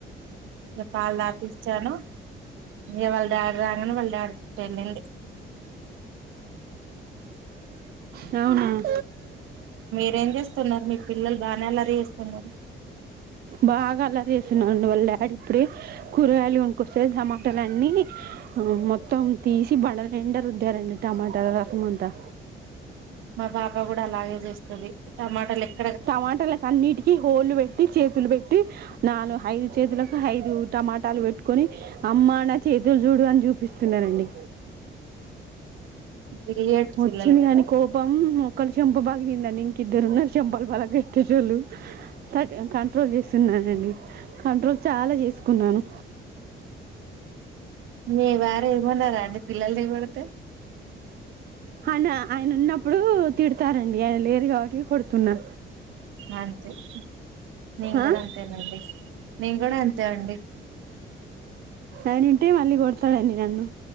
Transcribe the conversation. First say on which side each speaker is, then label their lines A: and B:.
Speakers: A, on the right; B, on the right.
A: ఇంక పాలు తాపిచ్చి చ్చాను ఇవాళ డాడీ రాగానే వాళ్ళ డాడీ తో వెళ్ళింది
B: అవును
A: మీ ఏం చేస్తున్నారు మీ పిల్లలు బాగానేలరీ చేస్తున్నారు
B: బాగా అల్లరి చెస్ నన్ను వళ్ళడాడ్ ఇప్పుడే కూరగాయలు కొనికొస్తే సమాన్ బట్టలన్నీ మొత్తం తీసి బడ ఎండ రుద్దారండీ టమాటా రసము అంతా
A: మా పాప కూడా అలాగే చేస్తుది టమాటలెక్క
B: టమాటలకు అన్నిటికి హోళ్ళు పెట్టి చేతులు పెట్టి నాలుగు ఐదు చేతులకు ఐదు టమాటాలు పెట్టుకొని అమ్మా అన్న చే ఇదో చూడు అని చూపిస్తున్నారండి
A: గిల్లి పెట్టు
B: వచ్చింది
A: పిల్లలు కదా
B: కాని కోపం శంభాగలింద నింద్దరు శంభా లా గట్టిజోలు త కంట్రోల్ చేస్తున్నానండి కంట్రోల్ చాలా చేసుకున్నాను
A: మీ వారు ఏమనరా అండి పిల్లలు నీ కొడితే
B: ఆన ఆయన ఉన్నప్పుడు తిడతారండి ఆయన లేరు కాబట్టి ఇగ కొడుతున్నా
A: అంతే నేన్
B: ఆ
A: కూడా అంతేనండి నేను కూడా అంతే అండి
B: అనంటే మళ్ళీ కొడుతు సాడండి నన్ను